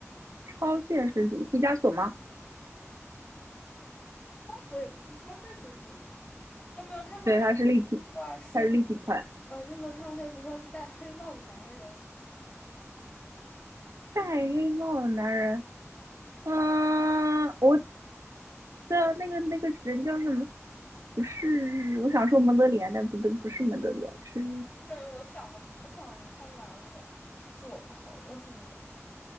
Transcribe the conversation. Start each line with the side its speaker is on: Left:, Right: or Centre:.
Right: 超现实主义，毕加索吗？
Left: 我也不是超现实主义。你有没有看过他一幅画是
Right: 对，他是立体，他是立体派。
Left: 呃，你有没有看过他一幅画是戴黑帽的男人？
Right: 戴黑帽的男人。嗯，我对啊，那个那个人叫什么？不是，我想说蒙德里安，但不对，不是蒙德里安，是
Left: 对，我想的，我想的太难了，是我不好，我告诉你吧。